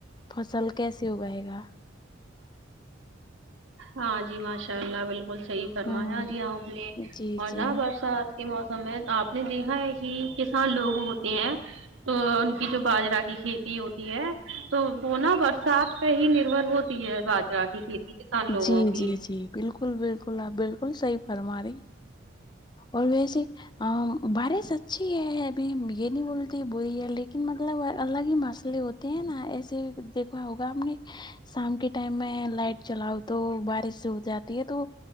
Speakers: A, on the left; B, on the right.
A: پھصل کیسے اگائے گا
B: ہاں جی ماشاء اللہ بالکل صحیح فرمایا
A: ہوں
B: جی آپ نے
A: جی
B: اورنا
A: جی
B: برسات یہ موسم میں آپ نے دیکھا ہے کہ کسان لوگ ہوتے ہیں تو ان کی جو باجرا کی کھیتی ہوتی ہے تو وہ نا برسات پہ ہی نربھر ہوتی ہے باجرا کی کھیتی کسان لوگوں
A: جی
B: کی
A: جی جی بالکل بالکل آپ بالکل صحیح فرما رہی اور ویسے بار ش اچھی ہے میں یے نہیں بولتی بری ہے لیکن مطلب الگ ہی مسلے ہوتے نا ایسے دیکھوا ہوگا آپ نے شام کے ٹائم میں لائٹ چلاؤ تو بارش ہو جاتی ہے تو